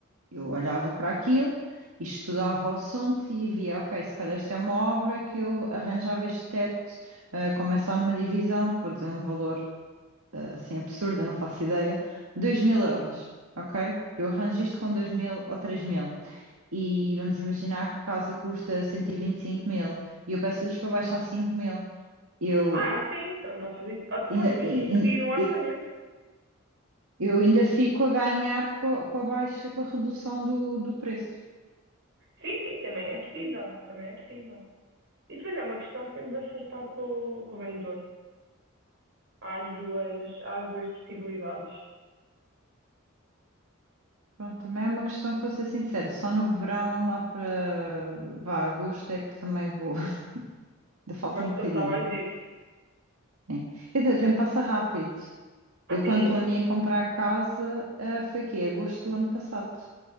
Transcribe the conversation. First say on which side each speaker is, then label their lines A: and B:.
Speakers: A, on the right; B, on the right.
A: eu olhava para aquilo, estudava o assunto e via, ok, se calhar esta é uma obra que eu arranjava este teto, eh, como é só numa divisão, vou dizer um valor eh, assim absurdo, eu não faço ideia, dois mil euros, ok? Eu arranjo isto com dois mil ou três mil. e vamos imaginar que a casa custa 125 mil e eu peço-lhes para baixar 5 mil. Eu
B: Ah, sim, também podes fazer isso. Ou tu
A: ainda,
B: podes mesmo
A: in-
B: pedir um orçamento.
A: in- eu ainda fico a ganhar co- com a, baixa, com a redução do, do preço.
B: Sim, sim, também é possível, também é possível. E depois é uma questão de temos de acertar com, o- com o vendedor. Há as duas, há as duas possibilidades.
A: Pronto, também é uma questão que vou ser sincera, só no verão, lá para vá, agosto é que também vou, <laughs> ainda falta
B: Vais
A: um bocadinho.
B: tratar mais disso.
A: né? Quer dizer, o tempo passa rápido.
B: Ah,
A: Eu quando
B: sim,
A: planeei
B: porque
A: comprar casa, ah, foi quê? Agosto do ano passado.